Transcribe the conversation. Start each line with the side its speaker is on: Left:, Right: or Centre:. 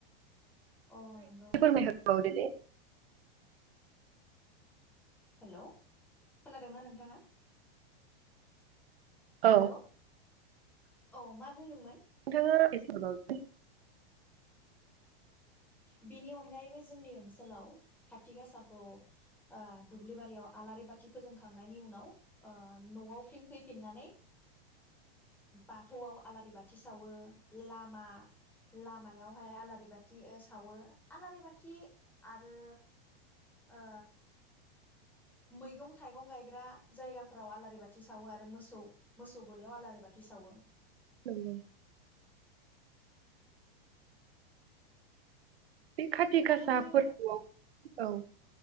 Centre: अ नोंगौ ना।
Right: फोरमायहरबावदो दे
Centre: हेल खोनादोंना नोंथाङा?
Right: औ।
Centre: हेलौ औ मा बुंदोंमोन
Right: <unintelligible>
Centre: बिनि अनगायैबो जोंनि ओनसोलाव खाथि गासाखौ आ दुब्लि बारियाव आलारि बाथि फोजोंखांनायनि उनाव आ नआव फिन फैफिननानै बाथौआव आलारि बाथि सावो लामा ला मायावहाय आलारि बाथि ओ सावो। आलारि बाथि आरो ओ मैगं थाइगं गायग्रा जायगाफोराव आलारि बाथि सावो आरो मोसौ मोसौ गलियाव आलारि बाथि सावो।
Right: नंगौ। बे खाथि
Centre: नोंथांमोननि
Right: गासा फोरबोआव औ।